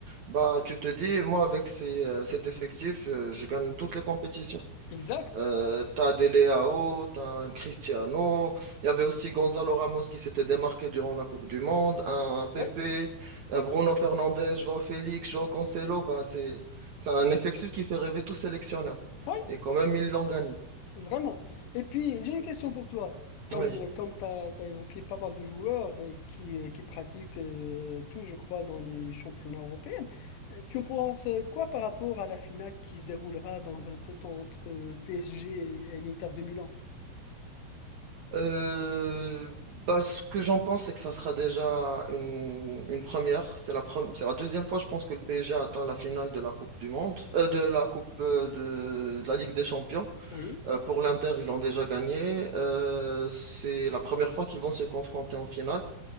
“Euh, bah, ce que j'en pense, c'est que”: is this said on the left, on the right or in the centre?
Right